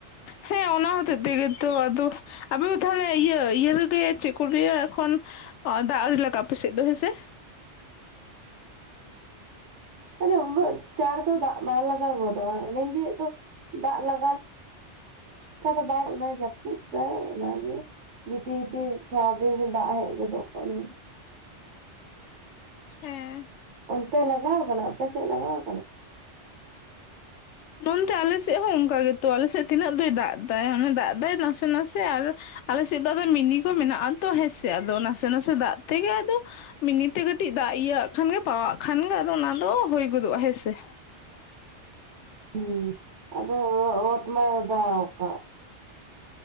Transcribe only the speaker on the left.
ᱦᱮᱸ, ᱚᱱᱟ ᱦᱚᱛᱮᱫ ᱛᱮᱜᱮ ᱛᱚ ᱟᱫᱚ ᱟᱯᱮᱫᱚ ᱛᱟᱦᱞᱮ, ᱤᱭᱟᱹ, ᱤᱭᱟᱹ ᱨᱮᱜᱮ ᱪᱮᱫ ᱠᱚ ᱞᱟᱹᱭᱟ, ᱮᱠᱷᱚᱱ ᱚ ᱫᱟᱜ ᱟᱣᱨᱤ ᱞᱟᱜᱟᱜᱼᱟ, ᱯᱮᱥᱮᱫ ᱫᱚ ᱦᱮᱸᱥᱮ?
ᱦᱮᱸ,
ᱱᱚᱱᱛᱮ ᱟᱞᱮᱥᱮᱫ ᱦᱚᱸ ᱚᱱᱠᱟ ᱜᱮᱛᱚ, ᱟᱞᱮᱥᱮᱫ ᱛᱤᱱᱟᱹᱜ ᱫᱚᱭ ᱫᱟᱜ ᱫᱟᱭ, ᱟᱱᱮ ᱫᱟᱜ ᱫᱟᱭ, ᱱᱟᱥᱮ ᱱᱟᱥᱮ ᱟᱨ ᱟᱞᱮ ᱥᱮᱫ ᱫᱚ ᱟᱫᱚ, ᱢᱤᱱᱤ ᱠᱚ ᱢᱮᱱᱟᱜᱼᱟ ᱛᱚ, ᱦᱮᱸᱥᱮ ᱟᱫᱚ ᱱᱟᱥᱮ ᱱᱟᱥᱮ ᱫᱟᱜ ᱛᱮᱜᱮ ᱟᱫᱚ ᱢᱤᱱᱤ ᱛᱮ ᱠᱟᱹᱴᱤᱡ ᱫᱟᱜ ᱤᱭᱟᱹ ᱠᱷᱟᱱᱜᱮ ᱯᱟᱣᱼᱟᱜ ᱠᱷᱟᱱ ᱜᱮ, ᱟᱫᱚ ᱚᱱᱟ ᱫᱚ ᱦᱩᱭ ᱜᱚᱫᱚᱜᱼᱟ ᱦᱮᱸᱥᱮ ᱾